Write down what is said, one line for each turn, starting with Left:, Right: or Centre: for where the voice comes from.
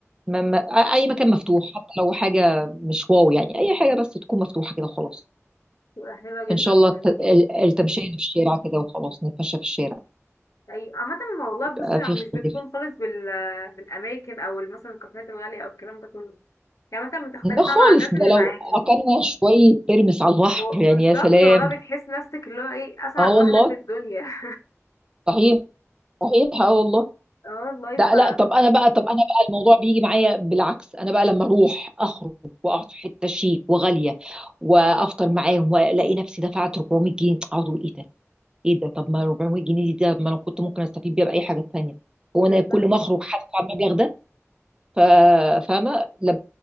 Right: ما ما اي مكان مفتوح حتى لو حاجه مش واو يعني اي حاجه بس تكون مفتوحه كده خلاص
Left: بتبقى حلوة
Right: ان
Left: جدا
Right: شاء الله
Left: فعلا
Right: الت- ال- التمشيه اللي في الشارع كده وخلاص نتمشى في الشارع
Left: ايوه عامة ما والله
Right: يبقى
Left: بصي ما
Right: في
Left: مش
Right: اختلاف
Left: بتكون خالص بال بالأماكن أو مثلا الكافيهات الغالية أو الكلام ده كله يعني مثلا بتختلف
Right: ده خالص
Left: بقى مع الناس
Right: ده
Left: اللي
Right: لو
Left: معاكي
Right: اكلنا شويه ترمس على البحر
Left: هو
Right: يعني
Left: بالظبط
Right: يا سلام
Left: والله بتحس نفسك اللي هو ايه أسعد
Right: اه والله
Left: واحدة في الدنيا <laughs>
Right: صحيح صحيح اه والله
Left: اه والله
Right: ده
Left: ف
Right: لا طب انا بقى طب انا بقى الموضوع بيجي معايا بالعكس انا بقى لما اروح اخرج واقعد في حته شيك وغاليه وافطر معاهم والاقي نفسي دفعت 400 جنيه اقعد اقول ايه ده ايه ده طب ما 400 جنيه دي ده ما انا كنت ممكن استفيد بيها باي حاجه تانيه هو
Left: بالظبط
Right: انا كل ما اخرج هدفع المبلغ ده ف- فاهمه لما